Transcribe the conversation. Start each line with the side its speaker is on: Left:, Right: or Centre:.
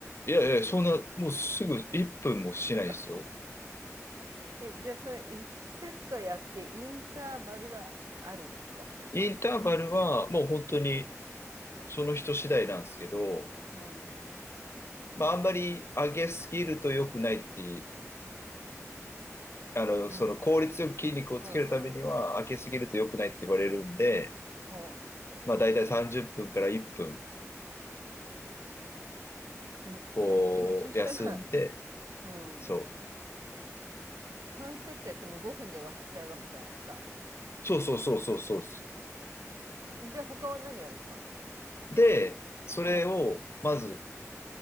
Left: いやいや、そんな、もうすぐ1分もしないですよ。
Right: そっか。え、じゃあそれ1セットやってインターバルはあるんですかそれって。
Left: インターバルはもう本当にその人次第なんですけど、
Right: うん。
Left: まああんまり上げすぎると良くないって、あの、
Right: ほう。
Left: その効率よく筋肉をつけるためには上げすぎると良くないって言われるんで、
Right: うんうん。ほ
Left: まあだいたい30分から1分、
Right: う。でも、
Left: こう、
Right: え、でもそしたら、
Left: 休んで、
Right: うん。
Left: そう。
Right: 3セットやっても5分で終わっちゃうわけじゃないですか。
Left: そうそうそうそうそう。
Right: えじゃあ他は何やるんですか
Left: で、それを、
Right: うん。
Left: まず、